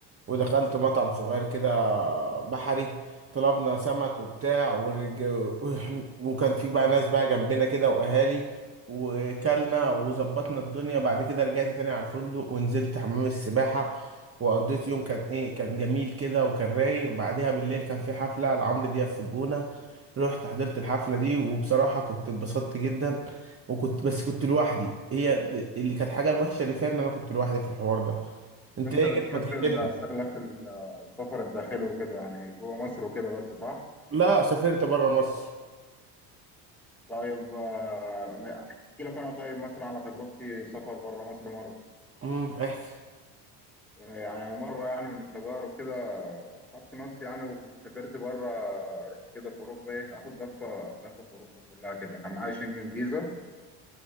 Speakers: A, on the right (about 30°); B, in the centre.
A: ودخلت مطعم صغير كده بحري طلبنا سمك وبتاع ورج... وكان في بقى ناس بقى جنبنا كده وأهالي وكلنا وظبطنا الدنيا بعد كده رجعت تاني على الفندق ونزلت حمام السباحة وقضيت يوم كان ايه كان جميل كده وكان رايق وبعديها بالليل كان في حفلة لعمرو دياب في الجونة رحت حضرت الحفلة دي وبصراحة كنت اتبسطت جدا وكنت بس كنت لوحدي هي اللي كانت حاجة الوحشة اللي فيها ان انا كنت لوحدي في الحوار ده
B: بس
A: انت
B: انت
A: ايه
B: بتحب
A: كده ما تحكي
B: ال-
A: لنا
B: شغلك ال- السفر الداخلي وكده يعني جوه مصر وكده بس صح
A: لا سافرت بره مصر
B: طيب آه، ما- احكي لك انا طيب مثلا على تجربتي سفر بره مصر مره
A: امم احكي
B: آه، يعني مره يعني من التجارب كده آه، خدت نفسي يعني وكنت سافرت بره آه، رحت كده في اوروبا ايه اخد لفه لفه في اوروبا كلها كده كان معايا شنجن فيزا